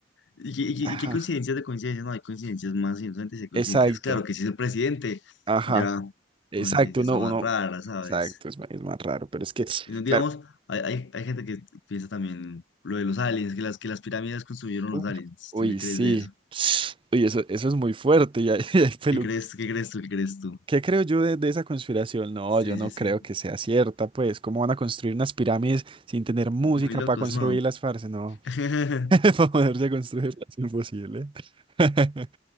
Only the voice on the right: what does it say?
Ajá.
Exacto.
Ajá.
Exacto.
Uno,
uno.
Exacto. Es, ma- es más raro, pero es que,
claro.
Uf,
Uy,
sí.
Uy, eso, eso es muy fuerte. Ya, <laughs> el pelu-
¿Qué creo yo de, de esa conspiración? No,
yo no
creo que sea cierta, pues. ¿Cómo van a construir unas pirámides sin tener música
para construirlas,
parce? No.
<laughs> Para poderse construirlas, imposible. <laughs>